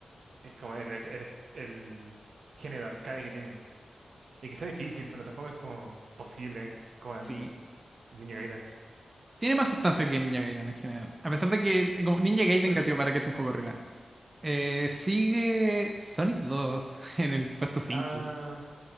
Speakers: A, on the right; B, on the right.
A: Es como el, el, el- el género arcade que tiene. Y que sea difícil, pero tampoco es como posible como el
B: Sí.
A: Ninja Gaiden.
B: Tiene más sustancia que Ninja Gaiden en general. A pesar de que eh, como Ninja Gaiden
A: Creo
B: gateó
A: que sí.
B: para que este juego corriera. Eh, sigue Sonic 2 <laughs> en el puesto cinco
A: Ah,